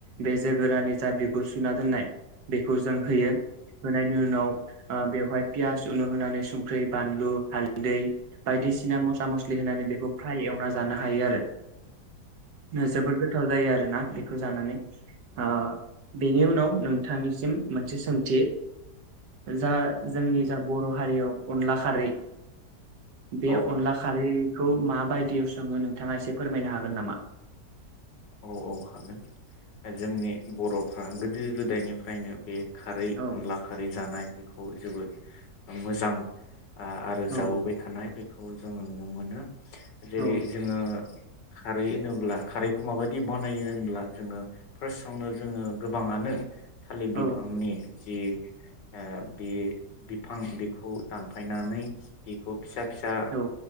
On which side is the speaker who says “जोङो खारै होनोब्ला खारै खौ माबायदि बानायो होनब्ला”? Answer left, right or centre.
Left